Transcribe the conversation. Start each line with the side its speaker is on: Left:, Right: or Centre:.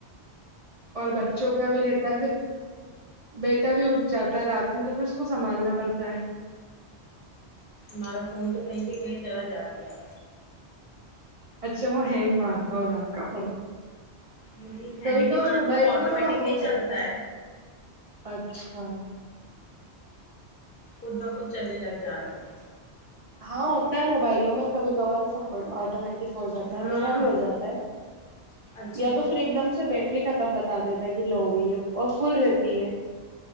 Right: بچوں کا بھی رہتا ہے پھر بیٹا بھی اٹھ جاتا ہے رات میں تو پھر اس کو سنبھالنا پڑتا ہے
Left: ہمارا فون تو کہیں کے کہیں چلا جا رہا ہے
Right: اچھا وہ ہے ہی مارتا ہوگا آپ کا فون
Left: نہیں ہینگ
Right: کبھی
Left: نہیں
Right: کبھار
Left: مارتا
Right: موبائل
Left: وہ آٹومیٹکلی
Right: میں تھوڑا ہو جاتا
Left: چلتا
Right: ہے اچھا
Left: خود بخود چلنے لگ جا رہا وہ
Right: ہاں ہوتا ہے موبائلوں میں کبھی کبھار ایسا ہولڈ آٹو مٹک ہو جاتا
Left: ہاں
Right: ہے میرا بھی ہو جاتا ہے
Left: اچھا
Right: یا تو پھر ایک دم سے بیٹری ختم بتا دیتا ہے کہ لو گئی ہے اور فل رہتی ہے